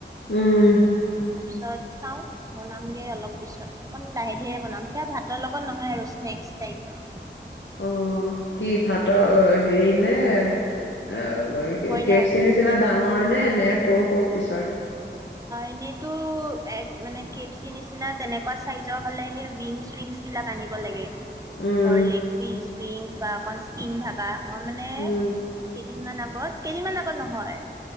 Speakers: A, on the left; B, on the right.
A: উম
B: তাৰপিছত চাওঁ বনামগৈ অলপ পিছত অকণ লাহে ধীৰে বনাম সেয়া ভাতৰ লগত নহয় আৰু স্নেক্স টাইপ আৰু
A: অ কি ভাতৰ হেৰি নে অ
B: ব্ৰইলাৰ
A: কেফচি নিচিনা ডাঙৰ নে নে সৰু সৰু পিছাৰ
B: এনেইতো এক মানে কেফ চি নিচিনা তেনেকুৱা চাইজৰ হ'লে সেই ইংছ ইংছ বিলাক আনিব লাগে।
A: উম
B: ধৰ লেগ পিছ উংছ। বা আপ স্কিন থাকা মই মানে
A: উম
B: কেইদিনমান আগত কেইদিনমান আগত নহয়